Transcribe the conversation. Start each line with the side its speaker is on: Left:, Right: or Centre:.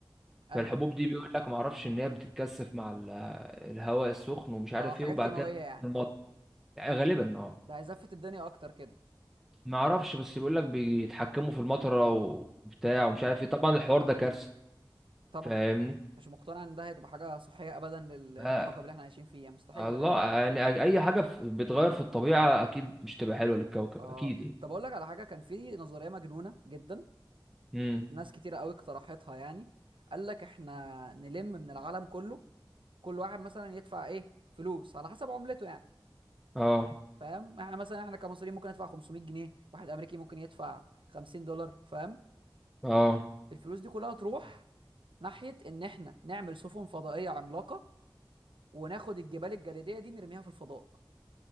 Right: ايوه
Centre: فالحبوب دي بيقول لك ما اعرفش ان هي بتتكثف مع ال- الهواء السخن ومش عارف
Right: اه حاجات
Centre: ايه وبعد
Right: كيماويه
Centre: كده
Right: يعني
Centre: في المطر يعني غالبا اه
Right: ده هيزفت الدنيا اكتر كده
Centre: ما اعرفش بس بيقول لك بيتحكموا في المطرة وبتاع ومش عارف ايه طبعا الحوار ده كارثة
Right: طبعا
Centre: فاهمني
Right: مش مقتنع ان ده هتبقى حاجه صحيه ابدا لل- للكوكب
Centre: آه
Right: اللي احنا عايشين فيه يعني مستحيل
Centre: الله
Right: غالبا
Centre: يعني اي حاجة في- بتغير في الطبيعة اكيد مش تبقى حلوة للكوكب
Right: اه
Centre: اكيد يعني
Right: طب اقول لك على حاجه كان في نظريه مجنونه جدا
Centre: امم
Right: ناس كتيره قوي اقترحتها يعني قال لك احنا نلم من العالم كله كل واحد مثلا يدفع ايه فلوس على حسب عملته يعني
Centre: اه
Right: فاهم احنا مثلا احنا كمصريين ممكن ندفع 500 جنيه واحد امريكي ممكن يدفع 50 دولار فاهم
Centre: اه
Right: الفلوس دي كلها تروح ناحيه ان احنا نعمل سفن فضائيه عملاقه وناخد الجبال الجليديه دي نرميها في الفضاء